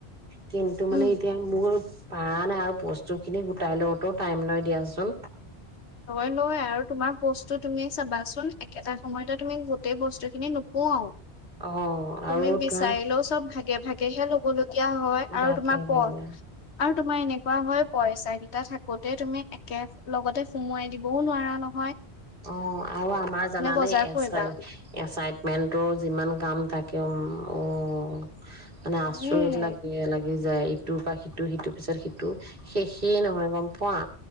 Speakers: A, on the right; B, on the left.
A: কিন্তু
B: উম।
A: মানে এতিয়া মোৰ পাৰা নাই আৰু বস্তুখিনি গোটাই লওঁতো ও টাইম লয় দিয়াচোন
B: লয় লয় আৰু তোমাৰ বস্তু তুমি চাবাচোন, একেটা সময়তে তুমি গোটেই বস্তুখিনি নোপোৱাও।
A: অ
B: তুমি
A: আৰু
B: বিচাৰিলেও
A: ধৰা
B: চব ভাগে ভাগেহে ল'ব লগীয়া হয় আৰু
A: ভাগে
B: তোমাৰ পঢ়
A: ভাগে
B: আৰু তোমাৰ এনেক কোৱা হয় পইচাকিটা থাকোতেই তুমি একে লগতে সোমোৱাই দিবও নোৱাৰা ন'
A: অ' আৰু আমাৰ জানানে
B: বজাৰ
A: এচাইটমেণ্ট
B: কৰিবা।
A: ৰ যিমান কাম থাকে উম অ' মানে আচৰিত
B: উম
A: লাগে লাগ লাগি যায় ইটোৰ বা সিটো, সিটোৰ পিছত সিটো শেষেই নহয় গম পোৱা।